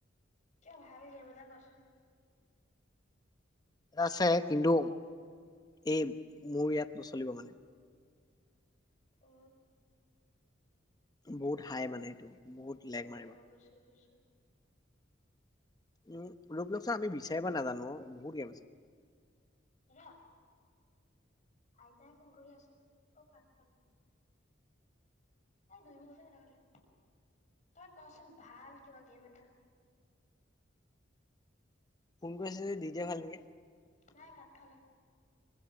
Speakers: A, on the left; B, on the left.
A: কিয় ভাল গেম এটা কচোন
B: এটা আছে কিন্তু এই মোৰ ইয়াত নচলিব মানে
A: অ
B: বহুত হাই মানে এইটো বহুত লেগ
A: অ
B: মাৰিব
A: অ অৱশ্যয় অৱশ্যয়ে
B: উম লোক লোক চা আমি বিচা- হেব নাজনো অ বহু গেম আছে
A: দাদা আইতাই ফোন কৰি আছে অ কাত খালে মই দুই মিনিট হে কথা পাতিলো তই কচোন ভাল কিবা গেম এটা
B: ফোন কৰি আছে যে দি দিয়া ভাল কে উ <inaudible>
A: নাই কাত খালে